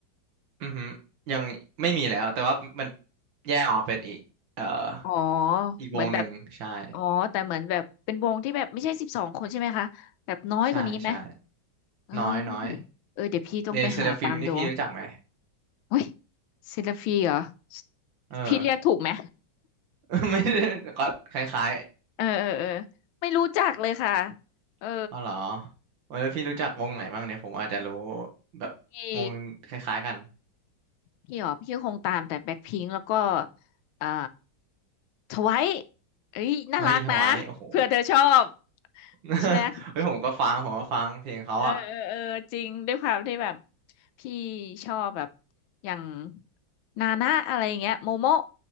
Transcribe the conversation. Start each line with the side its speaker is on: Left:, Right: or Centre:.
Right: อือฮึยังไม่มีแล้วแต่ว่ามันแยกออกมาเป็นอีกเอ่อ
Left: อ๋อ
Right: อีกวงหนึ่งใช่
Left: เหมือนแบบอ๋อแต่เหมือนแบบเป็นวงที่แบบไม่ใช่สิบสองคนใช่ไหมคะ แบบน้อยกว่านี้ไหม
Right: ใช่ใช่
Left: เออ
Right: น้อยน้อย
Left: เออเดี๋ยวพี่ต้องไปหาตามดู
Right: เลเซราฟิมนี่พี่รู้จักไหม
Left: เฮ้ยซิลฟีเหรอ
Right: เออ
Left: พี่เรียกถูกไหม
Right: <laughs> ไม่ได้ก็คล้าย
Left: เออเออเออไม่รู้จักเลยค่ะ เออ
Right: ๆอ๋อเหรอแล้วพี่รู้จักวงไหนบ้างเนี่ยผมอาจจะรู้แบบวงคล้ายๆกัน
Left: พี่ พี่หรอพี่ก็คงตามแต่แบ็คพิงค์แล้วก็อ่าทไวท์เอ้ยน่ารักนะเผื่อเธอชอบ
Right: เฮ้ยทวายโอ้โห <laughs>
Left: ใช่ไหม
Right: เฮ้ยผมก็ฟังผมก็ฟังเพลงเขาอ่ะ
Left: เออเออเออจริงด้วยความที่แบบพี่ชอบแบบอย่างนานะอะไรอย่างเงี้ยโมโมะ